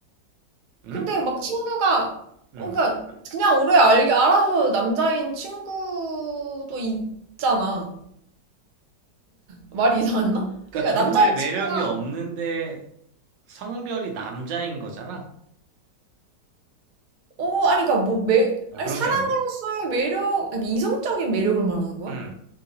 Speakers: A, on the right; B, on the right.
A: 응?
B: 근데 막 친구가
A: 응.
B: 어, 그러니까 그냥 오래 알, 알아서 남자인 친구도 있잖아. 말이 이상했나?
A: 그러니까
B: 그러니까
A: 정말
B: 남자인
A: 매력이
B: 친구가
A: 없는데 성별이 남자인 거잖아?
B: 어, 아니 그러니까 뭐 매,
A: 아,
B: 아니
A: 그런
B: 사람으로서의
A: 게 아니고?
B: 매력, 아니 이성적인 매력을 말하는 거야?
A: 응.